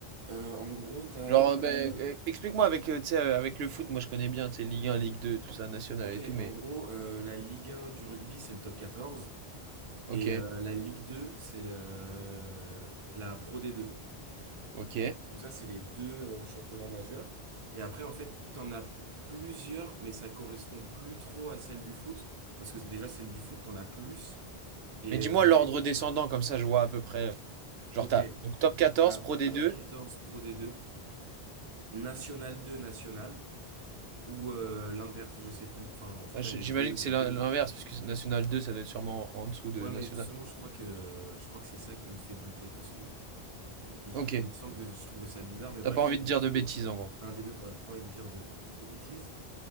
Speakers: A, on the right; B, on the right.
A: euh, en gros, t'as...
B: Genre, euh, ben,
A: euh,
B: euh, explique-moi avec, euh, tu sais, euh, avec le foot, moi je connais bien, tu sais, Ligue 1, Ligue 2, tout ça, national
A: ok,
B: et tout, mais...
A: en gros, euh, la Ligue un du rugby, c'est le top quatorze
B: Ok,
A: Et euh, la Ligue 2 c'est euh, la Pro d deux
B: ok.
A: Donc ça, c'est les deux euh, championnats majeurs. Et après, en fait, t'en as plusieurs, mais ça correspond plus trop à celle du foot. Parce que déjà, celle du foot, t'en as plus. Et
B: Mais dis-moi
A: euh,
B: l'ordre descendant, comme ça je vois à peu près... euh, Genre
A: ok,
B: t'as, donc top quatorze
A: t'as
B: Pro D2,
A: top quatorze Pro d deux National deux National. Ou euh, l'inverse, je sais plus. Enfin, en tout
B: Ah,
A: cas,
B: j-
A: les
B: j'imagine
A: deux. euh.
B: que c'est l'in- l'inverse, parce que National 2, ça doit être sûrement en, en dessous de
A: Ouais,
B: National.
A: mais justement, je crois que euh, je crois que c'est ça qui me fait douter parce que euh, je-
B: Ok,
A: il me semble que je trouvais ça bizarre, mais
B: t'as
A: bref,
B: pas
A: c'est
B: envie de dire de bêtises en gros.
A: un des deux. Voilà, j'ai pas envie de dire de, de bêtises.